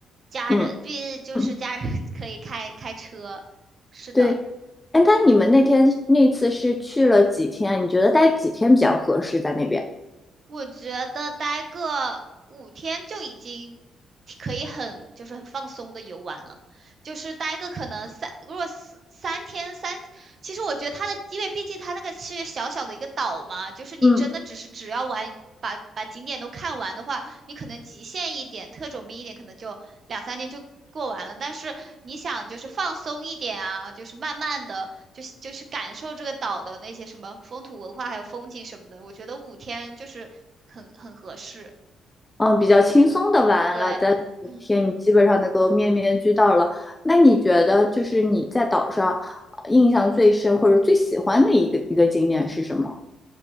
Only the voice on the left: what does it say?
嗯，
嗯
对。哎，那你们那天那次是去了几天啊？你觉得待几天比较合适在那边？
嗯。
嗯，比较轻松的玩了，
在五天你基本上能够面面俱到了。
那你觉得就是你在岛上呃印象最深或者最喜欢的一个一个景点是什么？